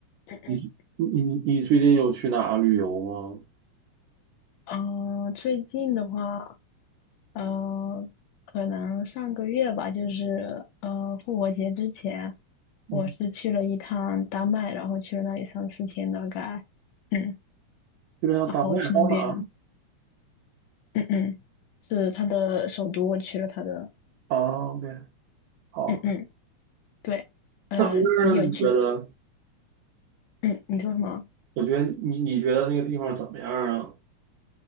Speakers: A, on the left (about 75°); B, on the right (about 75°).
A: 嗯
B: 你你你你最近有去哪旅游吗？
A: 嗯，哦，最近的话，呃，可能上个月吧，就是呃复活节之前，
B: 嗯，
A: 我是去了一趟丹麦，然后去了那里三四天大概，嗯，
B: 基本上丹麦还有哪儿
A: 然后去那边，嗯嗯，是他的首都，我去了他的，
B: 啊哦，OK，好。
A: 嗯嗯，对，呃，
B: 那那你觉得？
A: 你有去吗，嗯，你说什么？
B: 我觉得你你觉得那个地方怎么样啊？